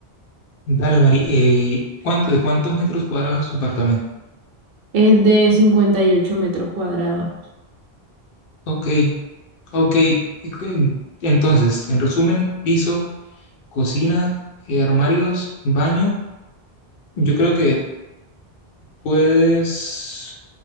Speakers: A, on the left (about 65°); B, on the right (about 65°).
A: dale, Mari. eh, ¿cuánto, de cuántos metros cuadrados es tu apartamento?
B: Es de 58 metros cuadrados.
A: Ok, ok. y cu- Entonces, en resumen, piso, cocina, eh, armarios, baño. Yo creo que puedes,